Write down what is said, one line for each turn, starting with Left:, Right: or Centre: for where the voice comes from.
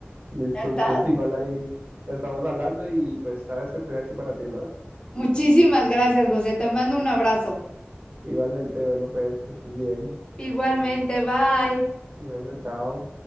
Right: Listo,
Left: Ya estás.
Right: entonces igual ahí estamos hablando y pues sabes que estoy aquí para ti, ¿no?
Left: Muchísimas gracias, José. Te mando un abrazo.
Right: Igualmente, bueno, pues que estés bien.
Left: Igualmente, bye.
Right: Bueno, chao.